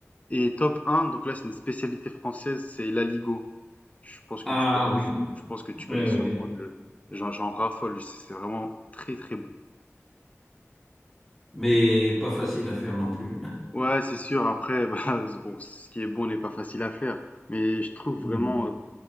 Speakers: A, on the left (about 30°); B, in the centre.
A: Et top un, donc là, c'est une spécialité française, c'est l'aligot. Je pense que
B: Ah
A: tu connais,
B: oui.
A: je pense que tu
B: Oui,
A: connais
B: oui,
A: sûrement.
B: oui.
A: Je, j'en, j'en raffole. C'est c'est vraiment très, très bon.
B: Mais pas facile à faire non plus.
A: Ouais, c'est sûr. Après, <laughs> bah, c'est bon, ce qui est bon n'est pas facile à faire. Mais je trouve vraiment,
B: Mm.
A: euh,